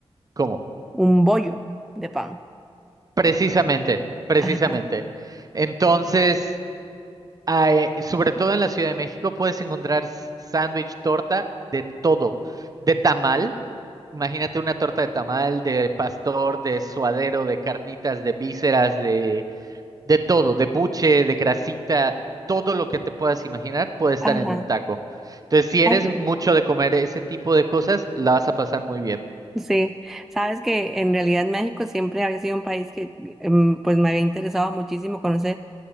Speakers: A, on the right; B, in the centre.
A: ¿Cómo?
B: Un bollo de pan.
A: Precisamente, precisamente.
B: Ajá,
A: Entonces. Ah, eh, sobre todo en la Ciudad de México puedes encontrar s- sándwich, torta, de todo. De tamal, imagínate una torta de tamal, de pastor, de suadero, de carnitas, de vísceras, de, de todo, de buche, de grasita, todo lo que te puedas imaginar puede estar
B: ajá.
A: en un taco. Entonces, si eres
B: Ay, qué
A: mucho
B: rico.
A: de comer ese tipo de cosas, la vas a pasar muy bien.
B: Sí, sabes que en realidad México siempre había sido un país que em, pues me había interesado muchísimo conocer